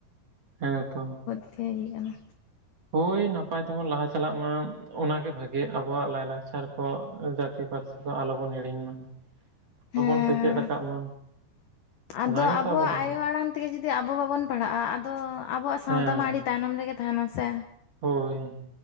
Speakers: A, on the right; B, on the left.
A: ᱦᱮᱸ ᱛᱚ
B: <unintelligible> ᱜᱮ ᱦᱩᱭᱩᱜ ᱟᱠᱟᱱᱟ᱾
A: ᱦᱳᱭ ᱱᱟᱯᱟᱭ ᱛᱮ ᱵᱚᱱ ᱞᱟᱦᱟ ᱪᱟᱞᱟᱜ ᱢᱟ ᱚᱱᱟ ᱜᱮ ᱵᱷᱟᱜᱮ ᱟᱵᱚᱣᱟᱜ ᱞᱟᱭᱼᱞᱟᱠᱪᱟᱨ ᱠᱚ ᱡᱟᱹᱛᱤ ᱯᱟᱹᱨᱥᱤ ᱟᱞᱚ ᱵᱚᱱ ᱦᱤᱲᱤᱧ ᱢᱟ
B: ᱦᱮᱸ
A: ᱵᱟᱵᱚᱱ ᱥᱮᱪᱮᱫ ᱠᱟᱫ ᱢᱟ
B: ᱟᱫᱚ
A: ᱚᱱᱟ ᱜᱮᱛᱚ
B: ᱟᱵᱚᱣᱟᱜ
A: ᱟᱵᱚ ᱫᱚ
B: ᱟᱭᱳ ᱟᱲᱟᱝ ᱢᱟᱲᱟᱝ ᱛᱮ ᱜᱮ ᱡᱩᱫᱤ ᱟᱵᱚ ᱵᱟᱵᱚᱱ ᱯᱟᱲᱦᱟᱜᱼᱟ᱾ ᱟᱫᱚ ᱟᱵᱚ ᱣᱟᱜ ᱥᱟᱶᱛᱟ
A: ᱦᱮᱸ
B: ᱢᱟ ᱟᱹᱰᱤ ᱛᱟᱭᱱᱚᱢ ᱨᱮ ᱜᱮ ᱛᱟᱦᱮᱱᱟ ᱥᱮ
A: ᱦᱳᱭ